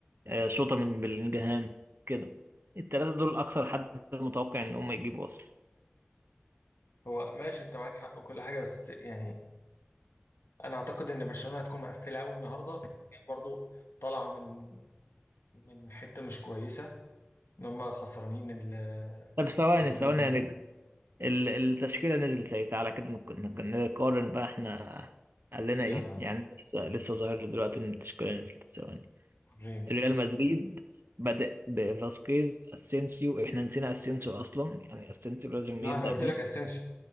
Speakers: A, on the right; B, on the left.
A: آه شوطه من بلينجهام كده الثلاثه دول اكثر حد متوقع ان هم يجيبوا اصلا
B: هو ماشي انت معاك حق وكل حاجه بس يعني انا اعتقد ان برشلونه هتكون مقفله قوي النهارده والريال برضو طالعه من من حته مش كويسه ان هم خسرانين ال
A: طب ثواني
B: خسرانين
A: ثواني
B: في
A: يا نجم ال- التشكيله نزلت اهي تعالى كده نك- نك- نقارن بقى احنا قال لنا
B: يلا
A: ايه
B: يا
A: يعني
B: ريس.
A: لسه لسه ظاهر لي دلوقتي ان التشكيله نزلت ثواني
B: ريم
A: ريال مدريد بدأ بفاسكيز اسينسيو احنا نسينا اسينسيو اصلا يعني اسينسيو لازم
B: لا
A: يبدأ
B: انا قلت
A: بيه
B: لك اسينسيو